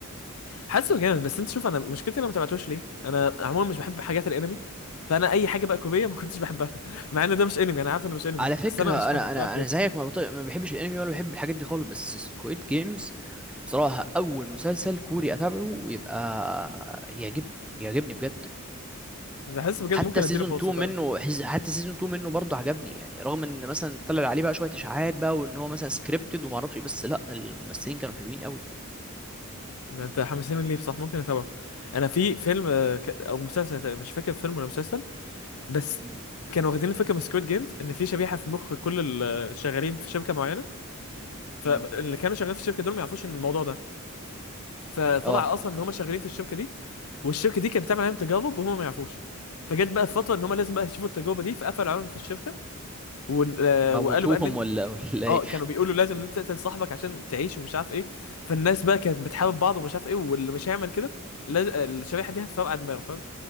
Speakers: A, on the left; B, in the centre.
A: حاسه جامد بس انت شوف انا مشكلتي انا ما تابعتوش ليه انا عموما مش بحب حاجات الانمي فانا اي حاجه بقى كوريه ما كنتش بحبها <laughs> مع ان ده مش انمي انا عارف انه مش انمي
B: على فكرة
A: بس انا مش حابه
B: انا
A: مش
B: انا
A: عارف ليه
B: انا زيك ما, بطيق ما بحبش الانمي ولا بحب الحاجات دي خالص بس سكويد جيمز بصراحة اول مسلسل كوري اتابعه ويبقى يعجبني يعجبني بجد
A: بحس بجد
B: حتى
A: ممكن اديله
B: سيزون
A: فرصه
B: 2
A: فعلا
B: منه حز- حتى سيزون 2 منه برضه عجبني يعني رغم ان مثلا طلع عليه بقى شويه اشاعات بقى وان هو مثلا سكريبتد وما اعرفش ايه بس لا الممثلين كانوا حلوين قوي
A: انت حمسين ليه بصح ممكن اتابعه انا في فيلم آه، ك... او مسلسل مش فاكر فيلم ولا مسلسل بس
B: امم
A: كانوا واخدين الفكره من سكويد جيمز ان في شبيحه في مخ كل اللي شغالين في شركه معينه فاللي
B: امم
A: كانوا شغالين في الشركه دول ما يعرفوش ان الموضوع ده فطلع
B: اه
A: اصلا ان هم شغالين في الشركه دي والشركه دي كانت بتعمل عليهم تجارب وهم ما يعرفوش فجت بقى فتره ان هم لازم بقى يشوفوا التجربه دي فقفلوا عليهم في الشركه و... آه،
B: موتوهم
A: وقالوا بقى ان انت-
B: ولا ولا ايه
A: اه كانوا بيقولوا لازم ان انت تقتل صاحبك عشان تعيش ومش عارف ايه فالناس بقى كانت بتحارب بعض ومش عارف ايه واللي مش هيعمل كده لاز... آه، الشريحه دي هتفرقع دماغه فاهم